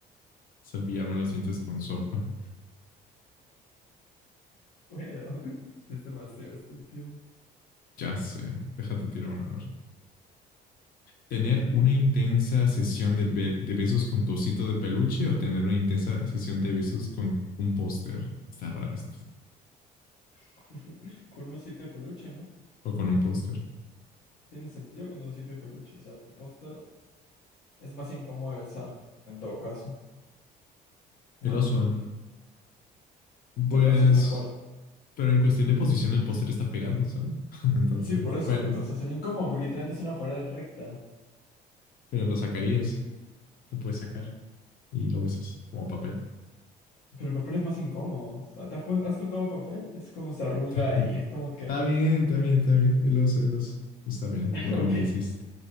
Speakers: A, on the left; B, on the left.
A: cepillarme los dientes con sopa.
B: Bueno, <laughs> es demasiado estúpido.
A: Ya sé. Déjate tirar una vez. ¿Tener una intensa sesión de, be- de besos con tu osito de peluche o tener una intensa sesión de besos con un póster? Está raro esto.
B: <laughs> Con un osito de peluche, ¿no?
A: O con un póster.
B: Tiene sentido con el osito de peluche. O sea, el póster es más incómodo de besar, en todo caso, ¿no?
A: El oso. Pues,
B: El oso es mejor.
A: pero en cuestión de posición, el póster está pegado, ¿sabes? <laughs> Entonces,
B: Sí, por eso,
A: bueno,
B: pero o sea, sería incómodo porque literalmente es una pared recta.
A: pero lo sacarías, lo puedes sacar y lo besas como papel.
B: Pero el papel es más incómodo. O sea, ¿te has, pu- has tocado papel? Es como se arruga
A: <laughs>
B: y es como que...
A: Está bien, está
B: <laughs>
A: bien, está bien. El oso, el oso. Está bien, me convenciste.
B: Ok,